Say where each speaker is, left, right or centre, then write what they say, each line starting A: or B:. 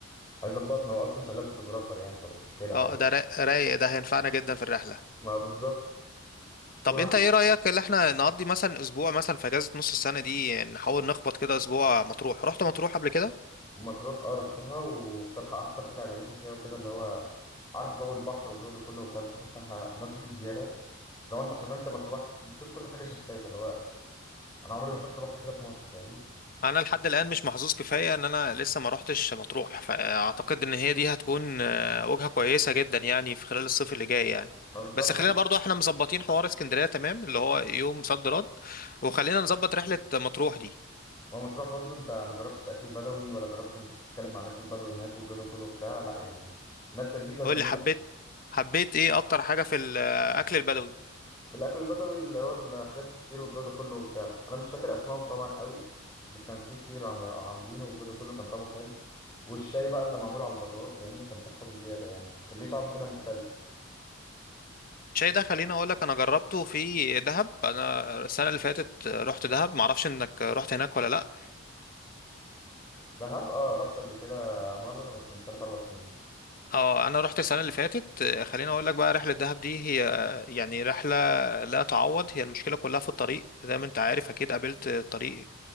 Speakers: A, on the left; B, on the left.
A: عايز اضبط ما هو اصلا شغال فوتوغرافر يعني فمش مشكله فاهم
B: اه ده را- رايق ده هينفعنا جدا في الرحلة
A: ما بالظبط
B: طب
A: وهم
B: انت ايه رأيك اللي احنا نقضي مثلا اسبوع مثلا في اجازة نص السنة دي نحاول نخبط كده اسبوع مطروح رحت مطروح قبل كده
A: مطروح اه رحتها وبصراحه اكتر حاجه عجبتني فيها وكده اللي هو عارف جو البحر والجو ده كله وبتاع البحر بتاعها نقي بزياده لو انت حرفيا بتبقى في البحر بتشوف كل حاجه شفافه اللي هو انا عمري ما شفت بحر كده في مصر فاهمني
B: انا لحد الان مش محظوظ كفايه ان انا لسه ما روحتش مطروح فاعتقد ان هي دي هتكون آه، وجهه كويسه جدا يعني في خلال الصيف اللي جاي يعني
A: ما بالظبط
B: بس خلينا
A: و-
B: برضو احنا مظبطين حوار اسكندريه تمام اللي هو يوم صد رد وخلينا نظبط رحله مطروح دي
A: ما مطروح برضو انت ما جربتش اكل بدوي ولا جربت انت تتكلم مع الناس البدوي هناك والجو ده كله وبتاع لا يعني ناس لذيذه وكريمه
B: قول لي حبيت حبيت ايه اكتر حاجه في الاكل البدوي
A: الاكل البدوي اللي هو الحاجات الفطير والجو ده كله وبتاع انا مش فاكر اسمائهم طبعا قوي بس كان في فطير عم- عاملينه والجو ده كله كان طعمه حلو والشاي بقى اللي معمول على البراد فاهمني كان تحفه بزياده يعني كان ليه طعم كده مختلف
B: شاي ده خليني اقول لك انا جربته في دهب انا السنه اللي فاتت رحت دهب معرفش انك رحت هناك ولا لا
A: دهب اه رحت قبل كده مره بس من 3 4 سنين
B: اه انا رحت السنه اللي فاتت آه، خليني اقول لك بقى رحله دهب دي هي آه، يعني رحله لا تعوض هي المشكله كلها في الطريق زي ما انت عارف اكيد قابلت الطريق